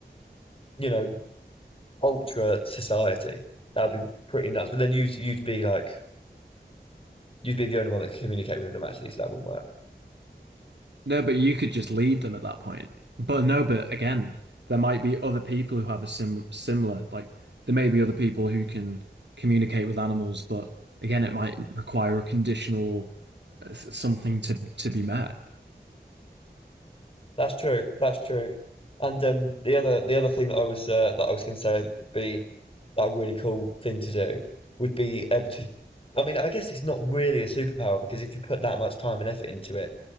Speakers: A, on the left (about 30°); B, on the right (about 90°).
A: you know ultra society. That'd be pretty nuts. But then you'd you'd be like you'd be the only one that could communicate with them actually, so that wouldn't work.
B: No, but you could just lead them at that point. But no, but again, there might be other people who have a sim similar, like there may be other people who can communicate with animals, but again, it might require a conditional uh, s- something to to be met.
A: That's true. That's true. And um, the other the other thing that I was uh, that I was going to say would be like a really cool thing to do would be able to. I mean, I guess it's not really a superpower because if you put that much time and effort into it,